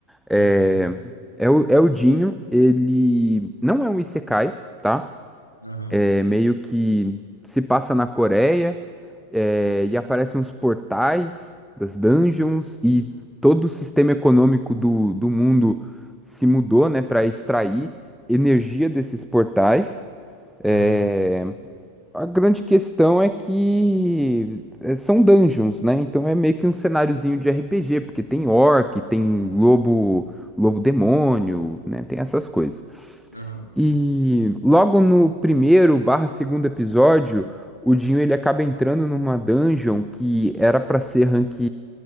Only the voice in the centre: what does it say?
É,
é o, é o Dinho, ele não é um isekai, tá?
É meio que se passa na Coreia, é, e aparecem uns portais das dungeons e todo o sistema econômico do, do mundo se mudou, né, para extrair energia desses portais. É,
a grande questão é que é, são dungeons, né? Então é meio que um cenáriozinho de RPG, porque tem orc, tem lobo, lobo demônio, né? Tem essas coisas.
E logo no primeiro barra segundo episódio, o Dinho ele acaba entrando numa dungeon que era pra ser rank